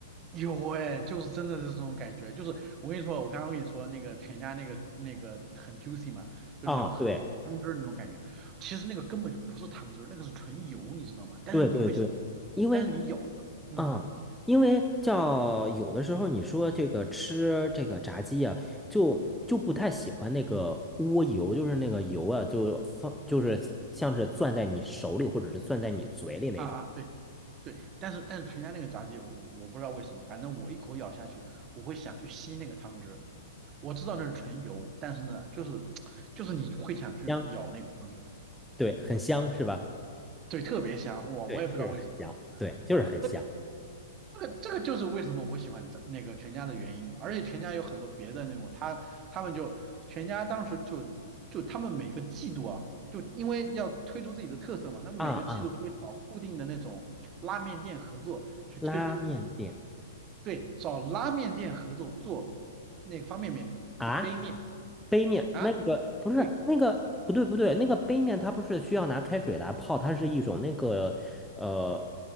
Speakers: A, on the right; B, in the centre.
A: 有哎，就是真的是这种感觉，就是我跟你说，我刚刚跟你说那个全家那个那个很 juicy 嘛，就是那种很有汤汁儿那种感觉，
B: 啊，对
A: 其实那个根本就不是汤汁儿，那个是纯油，你知道吗？但是你会，
B: 对对对，因为
A: 但是你咬一口，嗯
B: 嗯，因为叫有的时候你说这个吃这个炸鸡啊，就就不太喜欢那个窝油，就是那个油啊，就放就是像是攥在你手里或者是攥在你嘴里那种
A: 啊啊，对对，但是但是全家那个炸鸡，我我不知道为什么，反正我一口咬下去，我会想去吸那个汤汁儿，我知道那是纯油，但是呢，就是就是你会想去咬那个汤汁儿，
B: 香，对，很香是吧？
A: 对，特别香，哇，
B: 对，
A: 我也不知道为什么，
B: 就是很香，对，就是很香
A: 啊。这个这个就是为什么我喜欢在那个全家的原因，而且全家有很多别的那种，他他们就全家当时就就他们每个季度啊，就因为要推出自己的特色嘛，他们每个季度都会找固定的那种拉面店合作去推出自己，
B: 啊啊！拉面店
A: 对，找拉面店合作做那个方便面，
B: 啊。
A: 就杯面
B: 杯面那个不是那个不对不对，
A: 啊，对
B: 那个杯面它不是需要拿开水来泡，它是一种那个呃，